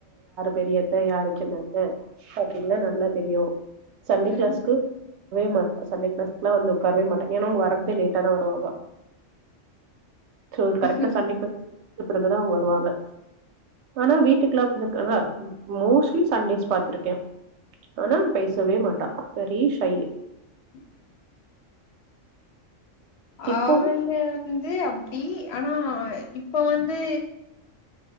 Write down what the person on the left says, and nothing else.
ம்
ம்.
<inaudible> <inaudible>
அவுங்க அது அப்டி ஆனாஹ் இப்போ வந்து